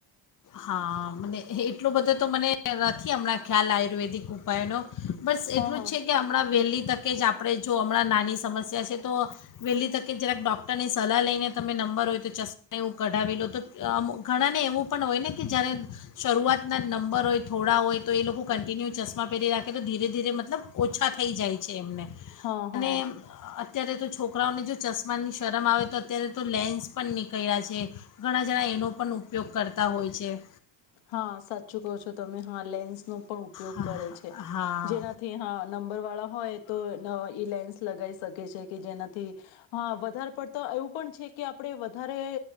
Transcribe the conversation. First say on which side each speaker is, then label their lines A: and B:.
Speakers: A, on the left; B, on the left.
A: હા, મને હેટલુ બધૂ તો મને નથી હમણાં ખ્યાલ આયુર્વેદિક ઉપાય નો. બસ એટલું
B: હા
A: જ
B: હા
A: છે કે હમણાં વહેલી તક કે જ આપણે જો હમણાં નાની સમસ્યા છે તો વલી તકે જરાક ડૉક્ટરની સલાહ લઈને તમે નંબર હોય તો ચશ્માને એવું કઢાવી લો તો આમ ઘણાને એવું પણ હોય ને કે જ્યારે શરૂઆતના નંબર હોય થોડા હોય તો એ લોકો કન્ટિન્યુ ચશ્મા પેહરી રાખે તો ધીરે ધીરે મતલબ ઓછા થઈ જાય છે એમને.
B: હા હા
A: અને અ ત્યારે તો છોકરાઓને જો ચશ્માની શરમ આવે તો અત્યારે તો લેન્સ પણ નીકઇડા છે, ઘણા જણા એનો પણ ઉપયોગ કરતા હોય છે.
B: હ, સાચું કો છો તો તમે, હ લેન્સ નો પણ ઉપયોગ
A: હા
B: કરે છે
A: હા
B: જેનાથી હા નંબર વાળા હોય તો ઈ લેન્સ લગાવી શકે છે કે જેના થી હા વધારે પડતા એવું પણ છે કે આપડે વધારે